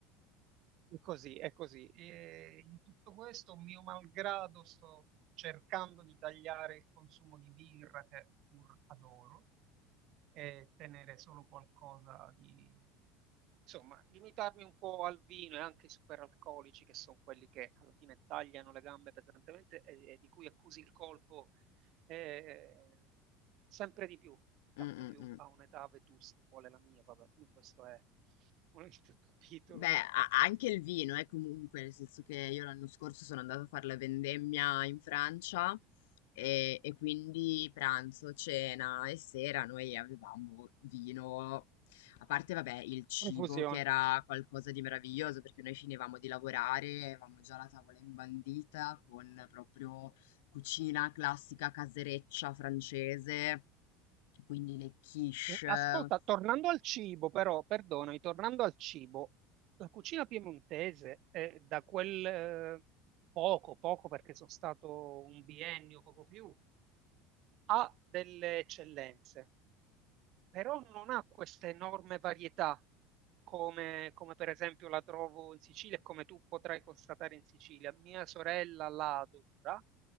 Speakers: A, on the right; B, on the left.
A: È così, è così. E in tutto questo, mio malgrado, sto cercando di tagliare il consumo di birra che pur adoro e tenere solo qualcosa di... Insomma, limitarmi un po' al vino e anche ai superalcolici, che sono quelli che alla fine tagliano le gambe pesantemente e, e di cui accusi il colpo eh, sempre di più, tanto
B: Mm, mm,
A: più
B: mm.
A: a un'età vetusta quale la mia, vabbè, questo è un altro <laughs> capitolo
B: Beh,
A: e
B: a- anche il vino, eh, comunque, nel senso che io l'anno scorso sono andata a fare la vendemmia in Francia e, e quindi pranzo, cena e sera noi avevamo vino. A parte, vabbè, il cibo
A: confusione.
B: che era qualcosa di meraviglioso perché noi finivamo di lavorare, avevamo già la tavola imbandita con proprio cucina classica casereccia francese, quindi le quiche.
A: Eh, Ascolta, tornando al cibo, però, perdonami, tornando al cibo, la cucina piemontese è da quel eh, poco, poco perché sono stato un biennio, poco più, ha delle eccellenze però non ha questa enorme varietà come, come per esempio la trovo in Sicilia e come tu potrai constatare in Sicilia. Mia sorella la adora,